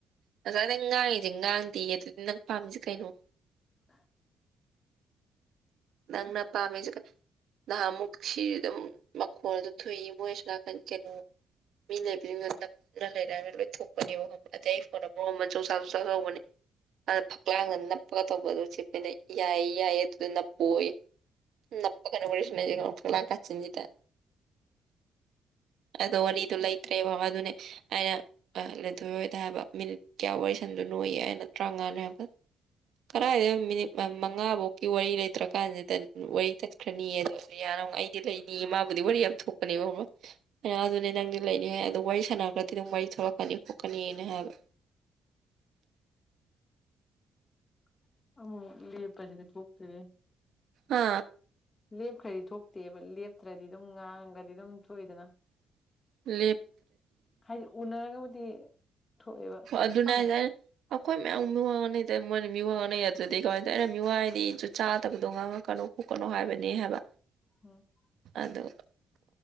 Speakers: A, on the right (about 70°); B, on the left (about 35°).
A: ꯉꯁꯥꯏꯗꯩ ꯉꯥꯡꯉꯤꯁꯦ ꯉꯥꯡꯗꯦꯌꯦ ꯑꯗꯨꯗꯤ ꯅꯪ ꯄꯥꯝꯃꯤꯁꯦ ꯀꯩꯅꯣ
B: <inaudible>
A: ꯅꯪꯪꯅ ꯄꯥꯝꯃꯤꯁꯦ ꯀ ꯅꯍꯥꯟꯃꯨꯛ ꯁꯤꯖꯨ ꯑꯗꯨꯝ ꯃꯈꯣꯜ ꯑꯗꯨꯝ ꯊꯣꯛꯏ ꯃꯣꯏ ꯑꯁꯣꯝ ꯅꯥꯀꯟ ꯀꯩꯅꯣ ꯃꯤ ꯂꯩꯕꯅ ꯅꯞꯅ ꯂꯩꯔꯒ ꯂꯣꯏꯊꯣꯛꯄꯅꯦꯕ ꯑꯇꯩ ꯐꯣꯟ ꯃꯔꯣꯟ ꯑꯃ ꯆꯣꯡ ꯆꯥ ꯆꯣꯡ ꯆꯥ ꯇꯧꯕꯅꯦ ꯑꯗ ꯐꯛꯂꯥꯡꯗ ꯅꯞꯄꯒ ꯇꯧꯕꯗꯨ ꯆꯦꯄꯦꯅ ꯌꯥꯏ ꯌꯥꯏꯌꯦ ꯑꯗꯨꯗ ꯅꯞꯄꯣꯌꯦ ꯅꯞꯄꯒꯅꯦ ꯋꯥꯔꯤ ꯁꯥꯅꯩꯖꯦ ꯐꯛꯂꯥꯡ ꯀꯥꯆꯤꯟꯖꯤꯗ ꯑꯗꯣ ꯋꯥꯔꯤꯗꯣ ꯂꯩꯇ꯭ꯔꯦ ꯕꯕꯥ ꯑꯗꯨꯅꯦ ꯑꯩꯅ ꯑꯥ ꯂꯦꯟꯊꯣꯏ ꯍꯦꯏꯗ ꯍꯥꯏꯕ ꯃꯤꯅꯤꯠ ꯀꯌꯥ ꯋꯥꯔꯤ ꯁꯟꯗꯣꯏꯅꯣꯌꯦ ꯑꯩꯅ ꯇꯔꯥꯃꯉꯥꯅꯦ ꯍꯥꯏꯕ ꯀꯗꯥꯥꯏꯗꯩ ꯃꯤꯅꯤꯠ ꯃꯉꯥꯕꯣꯛꯀꯤ ꯋꯥꯔꯤ ꯂꯩꯇ꯭ꯔꯀꯥꯟꯁꯤꯗ ꯋꯥꯔꯤ ꯇꯠꯈ꯭ꯔꯅꯤꯌꯦ ꯔꯤꯌꯥ ꯑꯃꯨꯛ ꯑꯩꯗꯤ ꯂꯩꯅꯤ ꯃꯥꯕꯨꯗꯤ ꯋꯥꯔꯤ ꯌꯥꯝ ꯊꯣꯛꯄꯅꯦꯕꯕ ꯈꯪꯕ꯭ꯔ ꯑꯩꯅ ꯑꯗꯨꯅꯦ ꯅꯪꯗꯤ ꯂꯩꯅꯤ ꯍꯥꯏ ꯑꯥꯗꯣ ꯋꯥꯔꯤ ꯁ ꯁꯅꯥꯒ꯭ꯔꯗꯤ ꯑꯗꯨꯝ ꯋꯥꯔꯤ ꯊꯣꯂꯛꯀꯅꯤ ꯈꯣꯠꯀꯅꯤꯅ ꯍꯥꯏꯕ
B: <inaudible> ꯑꯃꯨꯛ ꯃꯨꯛ ꯂꯦꯞꯄꯖꯤꯅꯤ ꯊꯣꯛꯇꯔꯦ
A: ꯍꯥ
B: ꯂꯦꯞꯈꯔꯤ ꯊꯣꯛ ꯇꯦꯕ ꯂꯦꯞꯇ꯭ꯔꯗꯤ ꯑꯗꯨꯝ ꯉꯥꯡꯉꯒꯗꯤ ꯑꯗꯨꯝ ꯊꯣꯛꯏꯗꯅ
A: ꯂꯦꯞ
B: ꯍꯥꯏꯗꯤ ꯎꯅꯔꯒꯕꯨꯗꯤ ꯊꯣꯛꯑꯦꯕ
A: ꯑꯗꯨꯅꯦ
B: ꯈꯪꯗꯦ
A: ꯍꯥꯏꯖꯦ ꯑꯩꯅ ꯑꯈꯣꯏ ꯃꯌꯥꯝ ꯃꯤꯋꯥ ꯉꯥꯡꯅꯩ ꯃꯣꯏꯅ ꯃꯤꯋꯥ ꯉꯥꯡꯅꯩ ꯌꯥꯗ꯭ꯔꯗꯤ ꯀꯃꯥꯏꯅ ꯇꯧ ꯑꯩꯅ ꯃꯤꯋꯥ ꯍꯥꯏꯗꯤ ꯖꯨꯠ ꯆꯥꯗꯕꯗꯣ ꯉꯥꯡꯉꯛꯀꯅꯣ ꯈꯣꯠꯀꯅꯣ ꯍꯥꯏꯕꯅꯤ ꯍꯥꯏꯕ
B: ꯎꯝ
A: ꯑꯗꯨꯒ